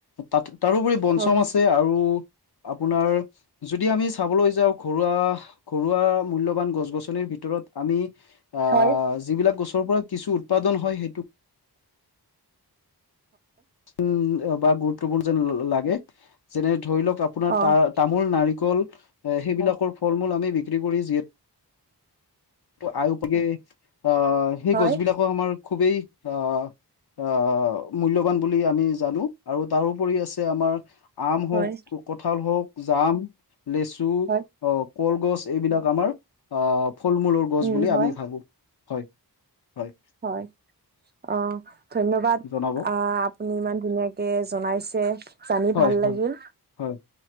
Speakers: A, on the left (about 70°); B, on the right (about 25°).
A: তাত তাৰোপৰি বঞ্চম
B: হয়,
A: আছে আৰু আপোনাৰ যদি আমি চাবলৈ যাওঁ ঘৰুৱা ঘৰুৱা মূল্যবান গছ-গছনিৰ ভিতৰত আমি <inaudible>
B: হয়।
A: আ যিবিলাক গছৰ পৰা কিছু উৎপাদন হয় সেইটো উম বা গুৰুত্বপূৰ্ণ যেন লাগে। যেনে ধৰি লওক আপোনাৰ
B: অ',
A: তা-তামোল নাৰিকল এ সেইবিলাকৰ ফল-মূল আমি বিক্ৰী কৰি যিহেতু ত' আয়পে অ' সেই
B: হয়,
A: গছবিলাক খুবেই আ, আ, মূল্যবান। বুলি আমি জানো আৰু তাৰোপৰি আছে আমাৰ আম হওক,
B: হয়,
A: খুক কঁঠাল হওক, জাম, লেচু,
B: হয়,
A: অ' কলগছ এইবিলাক আমাৰ আ ফল-মূলৰ গছ
B: উম,
A: বুলি
B: হয়,
A: আমি ভাবো। হয়। হয়
B: হয়। অ', ধন্যবাদ।
A: জনাব
B: আ আপুনি ইমান ধুনীয়াকে জনাইছে। জানি
A: হয়
B: ভাল লাগিল।
A: হয় হয়